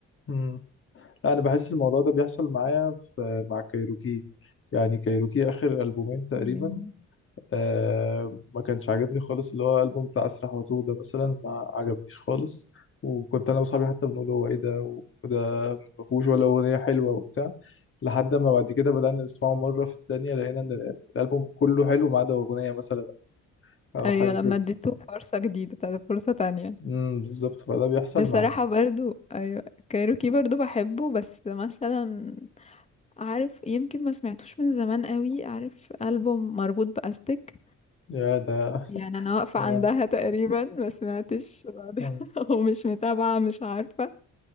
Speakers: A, on the left; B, on the left.
A: امم لا انا بحس الموضوع ده بيحصل معايا في مع كايروكي يعني كايروكي اخر البومين تقريبا
B: يعني
A: آه ما كانش عاجبني خالص اللي هو البوم بتاع اسرح واتوه ده مثلا ما عجبنيش خالص وكنت انا واصحابي حتى بنقول هو ايه ده وده ما فيهوش ولا اغنيه حلوه وبتاع لحد ما بعد كده بدأنا نسمعه مرة في التانية لقينا إن ال- الألبوم كله حلو ما عدا أغنية مثلا أو
B: ايوه
A: حاجة
B: لما
A: كده
B: اديته فرصة جديدة تا- فرصة تانية
A: امم بالظبط فده بيحصل
B: بصراحة
A: مع
B: برضو ايوه كايروكي برضو بحبه بس مثلا عارف يمكن ما سمعتوش من زمان قوي عارف ألبوم مربوط بأستك
A: يا ده
B: يعني انا واقفة
A: آه،
B: عندها تقريبا ما سمعتش بعدها
A: آه.
B: <laughs> ومش متابعة مش عارفة